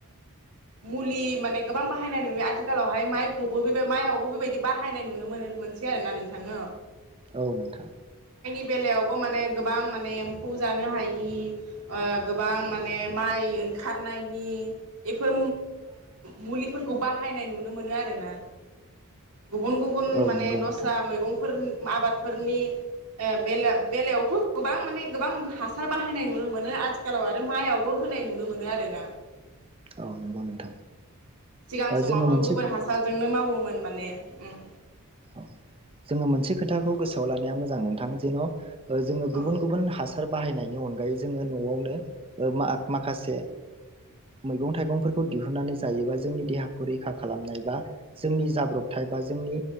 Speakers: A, on the right; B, on the right.
A: मुलि माने गोबां बाहायनाय नुयो आथिखालावहाय माइखौबो बे माइआवबो बेबायदि बाहायनाय नुनो मोनो मोनसे सै आरोना नोंथांनो
B: औ नोंथां
A: बेलायावबो माने गोबां माने एम्फौ जानो हायि गोबां माने माइ ओंखारनायनि बेफोर मुलिफोरखौ बाहायनाय नुनो मोनो आरोना गुबुन गुबुन
B: औ
A: माने
B: नंगौ
A: दस
B: नोंथां
A: मैगंफोर आबादफोरनि बे बेलायावथ गोबां माने गोबां हासार बाहायनाय नुनो मोनो आथिखालाव आरो माइआवबो होनाय नुनो मोनो आरोना
B: औ नंगौ नोंथां
A: सिगां
B: ओ
A: समावथ'
B: जोङो मोनसे
A: गोबोर हासारजोंनो मावोमोन माने उम
B: औ जोङो मोनसे खोथाखौ गोसोआव लानाया मोजां नोंथां जे न' ओ जोङो गुबुन
A: औ
B: गुबुन हासार हासार बाहायनायनि अनगायै जोङो न'आवनो माखासे मैगं थाइगंफोरखौ दिहुननानै जायोबा जोंनि देहाखौ रैखा खालामनाय बा जोंनि जाब्रबथाय बा जोंनि